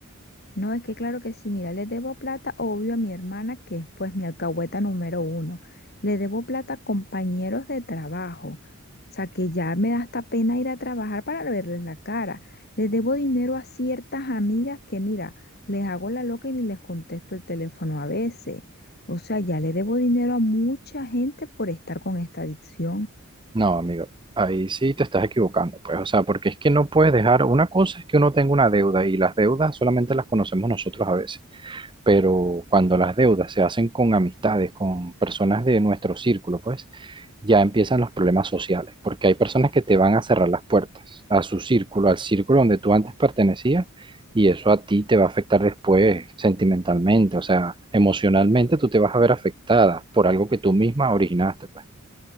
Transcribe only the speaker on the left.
No, es que claro que sí, mira, le debo plata, obvio, a mi hermana, que es pues mi alcahueta número uno. Le debo plata a compañeros de trabajo. O sea, que ya me da hasta pena ir a trabajar para verles la cara. Le debo dinero a ciertas amigas que, mira, les hago la loca y ni les contesto el teléfono a veces. O sea, ya le debo dinero a mucha gente por estar con esta adicción.